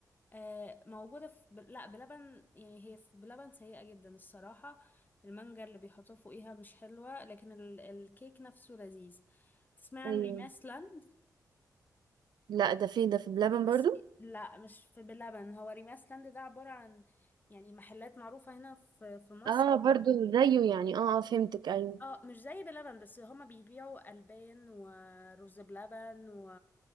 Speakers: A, on the left; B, on the right.
A: آه، موجودة في بل- لا بلبن يعني هي في بلبن سيئة جدا الصراحة المانجا اللي بيحطوه فوقيها مش حلوة لكن ال... الكيك نفسه لذيذ تسمع
B: ايوه
A: عن ريماسلاند
B: لا ده في ده في بلبن برضو
A: بس لا مش في بلبن هو ريماسلاند ده عبارة عن يعني محلات معروفة هنا في في مصر
B: اه برضو زيه يعني اه اه فهمتك ايوه
A: اه مش زي بلبن بس هما بيبيعوا ألبان ورز بلبن و...